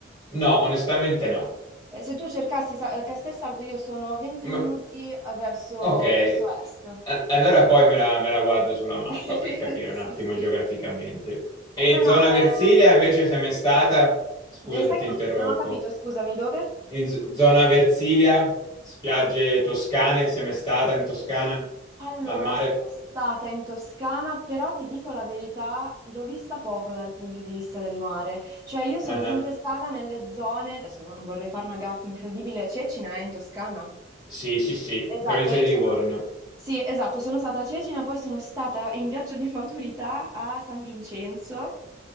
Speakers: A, on the left; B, on the right.
A: No, onestamente no.
B: Eh, se tu cercassi sa- eh, Castelsardo io sono a 20
A: Ma-
B: minuti eh, verso,
A: ok,
B: verso est.
A: A- allora poi me la, me la guardo sulla mappa
B: <laughs>
A: per capire
B: Sì,
A: un attimo
B: sì.
A: geograficamente. E
B: No, no,
A: zona Versilia invece sei mai stata? Scusa
B: Eh, sai
A: se ti
B: che non,
A: interrompo.
B: non ho capito, scusami, dove?
A: In z- zona Versilia, spiagge toscane, sei mai stata in Toscana?
B: Allora,
A: Al mare?
B: sono stata in Toscana, però ti dico la verità, l'ho vista poco dal punto di vista del mare. Cioè, io sono
A: Ah
B: sempre
A: ah.
B: stata nelle zone, adesso non vorrei fare una gaffa incredibile, Cecina è in Toscana?
A: Sì, sì, sì,
B: Esatto,
A: provincia
B: io
A: di
B: sono...
A: Livorno.
B: Sì, esatto, sono stata a Cecina, poi sono stata in viaggio di maturità a San Vincenzo.